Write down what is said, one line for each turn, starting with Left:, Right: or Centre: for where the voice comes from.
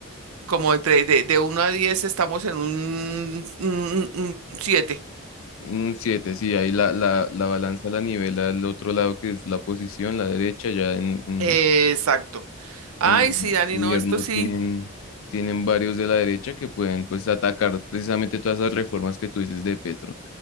Right: como entre de, de 1 a 10 estamos en un, siete,
Left: Un 7, sí, ahí la, la, la balanza la nivela al otro lado que es la oposición, la derecha, ya en, en,
Right: Exacto.
Left: en
Right: Ay,
Left: el
Right: sí, Dani,
Left: gobierno
Right: no, esto sí.
Left: tienen, tienen varios de la derecha que pueden pues atacar precisamente todas esas reformas que tú dices de Petro.